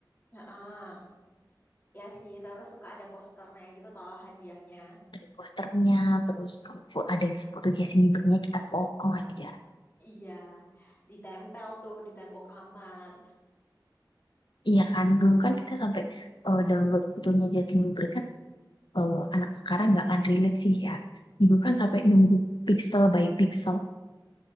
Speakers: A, on the left; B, on the left.
A: Heeh. Ya sih, terus suka ada posternya gitu toh hadiahnya.
B: ada posternya, terus kalau fo- ada foto Justin Bieber-nya kita foto aja.
A: Iya, ditempel tuh di tembok kamar.
B: Iya kan, dulu kan kita sampai eh, download fotonya Justin Bieber kan, eh, anak sekarang nggak akan relate sih ya. Dulu
A: <laughs>
B: kan sampai nunggu pixel by pixel,